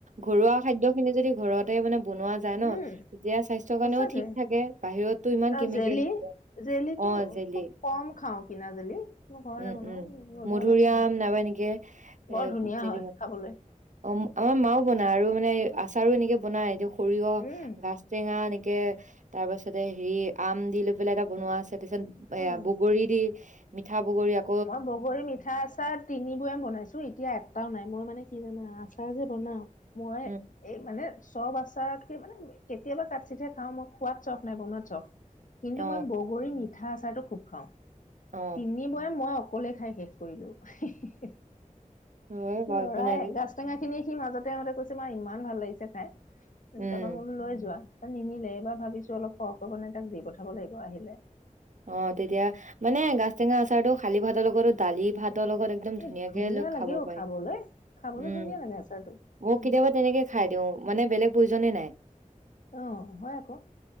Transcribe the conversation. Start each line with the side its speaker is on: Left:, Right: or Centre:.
Right: ঘৰুৱা খাদ্যখিনি যদি ঘৰতে মানে বনোৱা যায় ন।
Left: উম
Right: তেতিয়া স্বাস্থ্যৰ কাৰণেও
Left: সঁচাকে
Right: ঠিক থাকে, বাহিৰতটো ইমান
Left: তাৰ
Right: কেমিকেল
Left: জেলি
Right: দিয়ে,
Left: জেলিটো
Right: অ জেলি।
Left: খুব কম খাওঁ কিনা জেলি, মই ঘৰতে
Right: উম
Left: বনাও।
Right: উম
Left: মধুআমৰ
Right: মধুৰিআম
Left: ছিজন
Right: নাইবা এনেকে
Left: বৰ
Right: এ
Left: ধুনীয়া
Right: জেলি
Left: হয়
Right: বনাও।
Left: খাবলৈ
Right: অ আমাৰ মাও বনায় আৰু মানে আচাৰো এনেকে বনাই এ সৰিয়হ,
Left: উম
Right: গাজ টেঙা এনেকে তাৰ পাছতে হেৰি, আম দি লৈ পেলাই এটা বনোৱা আছে। তাৰপিছত এ
Left: উম
Right: বগৰী দি, মিঠা বগৰী আক
Left: মই বগৰী মিঠা আচাৰ তিনিবয়াম বনাইছো, এতিয়া এটাও নাই, মই মানে কি জানা আ আচাৰ যে বনাও, মই
Right: উম
Left: এই মানে চব আচাৰতকে মানে কেতিয়াবা কাটচিটহে খাওঁ, মই খোৱাত চখ নাই বনোৱাত চখ। কিন্তু
Right: অ
Left: মই বগৰী মিঠা আচাৰটো খুব খাওঁ,
Right: অ
Left: তিনি বৈয়াম মই অকলে খাই শেষ কৰি দিওঁ। হি' হি' হি'
Right: হয় বাৰু
Left: লৰাই
Right: একো নাই
Left: গাছ টেঙাখিনি সি মাজতে মানে কৈছে তোমাৰ ইমান ভাল লাগিছে চাই,
Right: উম
Left: তাপা মই বোলো লৈ যোৱা। নিনিলে, এইবাৰ ভাবিছো অলপ সৰহকে বনাই তাক দি পঠাব লাগিব, আহিলে।
Right: অ তেতিয়া মানে গাজ টেঙা আচাৰটো খালী ভাতৰ লগতো, দালি ভাতৰ লগত একদম
Left: এই
Right: ধুনীয়াকে
Left: ধুনীয়া
Right: লৈ
Left: লাগে
Right: খাব
Left: অ
Right: পাৰে,
Left: খাবলৈ খাবলৈ
Right: উম
Left: ধুনীয়া লাগে আচাৰটো
Right: ময়ো
Left: উম
Right: কেতিয়াবা তেনেকে খাই দিওঁ, মানে বেলেগ প্ৰয়োজনে নাই।
Left: অ হয় আক।